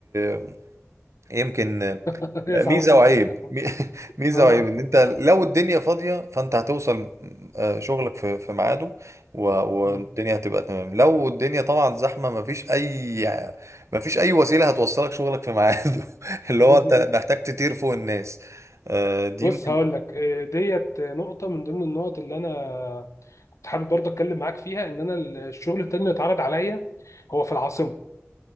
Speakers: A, on the right; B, on the left.
A: آه، يمكن آه،
B: <laughs> هي صعبة
A: ميزة
B: في كل
A: وعيب
B: حتة
A: <laughs> مي- ميزة
B: آه.
A: وعيب ان
B: <laughs>
A: انت لو الدنيا فاضية فانت هتوصل آه، شغلك في في ميعاده و- والدنيا
B: مم.
A: هتبقى تمام لو الدنيا طبعا زحمة مفيش اي مفيش اي وسيلة هتوصلك شغلك في ميعاده <laughs> اللي
B: مم.
A: هو انت محتاج تطير فوق الناس آه، دي
B: بص هقول لك آه، ديت نقطة من ضمن النقط اللي أنا كنت حابب برضه أتكلم معاك فيها إن أنا الشغل التاني اللي اتعرض عليا هو في العاصمة